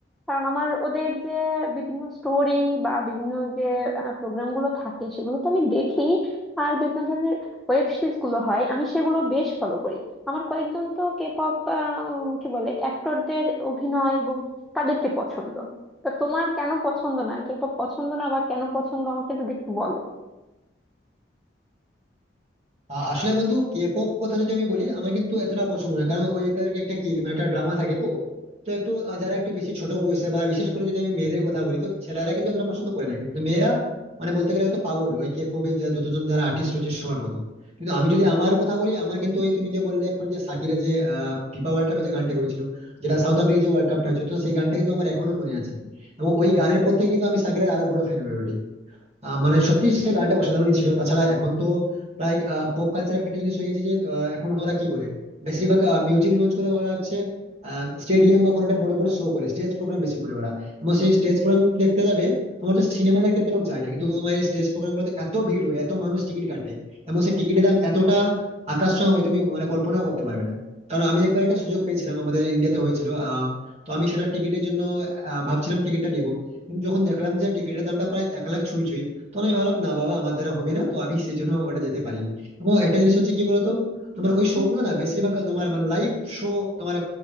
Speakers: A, in the centre; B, on the right.
A: কারণ আমার ওদের যে বিভিন্ন স্টোরি বা বিভিন্ন যে প্রোগ্রাম গুলো থাকে সেগুলো তো আমি দেখি আর বিভিন্ন ধরনের ওয়েব সিরিজ গুলো হয় আমি সেগুলো বেশ ফলো করি আমার কয়েকজন তো কে পপ কি বলে অ্যাক্টরদের অভিনয় এবং তাদেরকে পছন্দ তা তোমার কেন পছন্দ না কে পছন্দ না বা কেন পছন্দ আমাকে যদি একটু বলো
B: আ- আসলে বন্ধু কে পপ কথা যদি আমি বলি আমার কিন্তু এতটা পছন্দ নয় কারণ ওই তার একটা কি মানে একটা ড্রামা থাকে তো তো একটু আ, যারা একটু বেশি ছোট বয়সে বা বিশেষ করে যদি আমি মেয়েদের কথা বলি তো ছেলেরা কিন্তু এতটা পছন্দ করে না কিন্তু মেয়েরা মানে বলতে গেলে হয়তো পাগল ওই কে পপের যতজন যারা আর্টিস্ট রয়েছে সবার প্রতি কিন্তু আমি যদি আমার কথা বলি আমার কিন্তু ওই তুমি যে বললে এখন যে সাকিরা যে আহ, ফিফা ওয়ার্ল্ড কাপে যে গানটা করেছিল যেটা সাউথ আফ্রিকা যে ওয়ার্ল্ড কাপটা হয়েছে তো সেই গানটা কিন্তু আমার এখনো মনে আছে এবং ওই গানের পর থেকে কিন্তু আমি সাকিরের আরো বড় ফ্যান হয়ে উঠি আহ, মানে সত্যি সে গানটা অসাধারণই ছিল তাছাড়া এখন তো প্রায় পপ কালচার একটা জিনিস হয়ে গেছে যে আহ, এখন ওরা কি করে বেশিরভাগ মিউজিক লঞ্চ করে ওরা হচ্ছে স্টেডিয়াম বা কোনো একটা বড় বড় শো করে স্টেজ প্রোগ্রাম বেশি করে ওরা এবং সেই স্টেজ প্রোগ্রাম দেখতে যাবে তোমার তো সিনেমা দেখতে এত লোক যায় না কিন্তু তোমার এই স্টেজ প্রোগ্রাম গুলোতে এত ভিড় হয় এত মানুষ টিকিট কাটে এবং সেই টিকিটের দাম এতটা আকাশ ছোঁয়া হয় তুমি মানে কল্পনাও করতে পারবে না কারণ আমি একবার একটা সুযোগ পেয়েছিলাম আমাদের ইন্ডিয়াতে হয়েছিল আহ তো আমি সেটা টিকিটের জন্য আহ, ভাবছিলাম টিকিটটা নিবো কিন্তু যখন দেখলাম যে টিকিটের দামটা প্রায় এক লাখ ছুঁই ছুঁই তো আমি ভাবলাম না বাবা আমার দ্বারা হবে না তো আমি সেই জন্য ওটা যেতে পারিনি এবং একটা জিনিস হচ্ছে কি বলতো তোমার ওই শো
A: উম,
B: গুলো না বেশিরভাগ তোমার মানে লাইভ শো তোমার